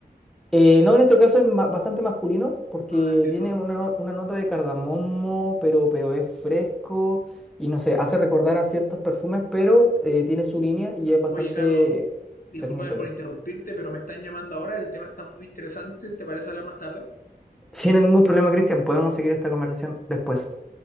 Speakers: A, in the centre; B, on the left.
A: Eh, no, en este caso es ma- bastante masculino porque
B: Ah, entiendo.
A: tiene una, no- una nota de cardamomo, pero, pero es fresco y no sé, hace recordar a ciertos perfumes, pero eh, tiene su línea y es bastante
B: Oye, Carlos, discúlpame
A: definitorio.
B: por interrumpirte, pero me están llamando ahora, el tema está muy interesante, ¿te parece hablar más tarde?
A: Sin ningún problema, Cristian, podemos seguir esta conversación después.